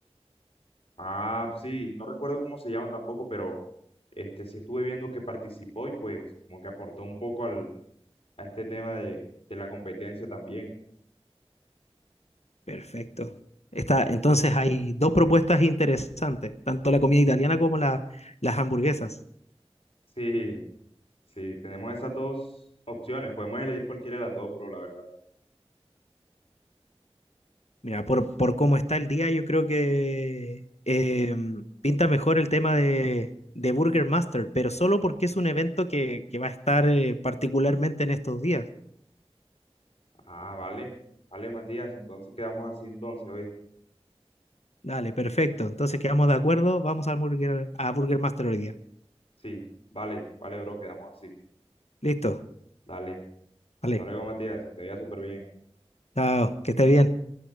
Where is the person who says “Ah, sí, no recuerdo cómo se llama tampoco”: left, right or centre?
Left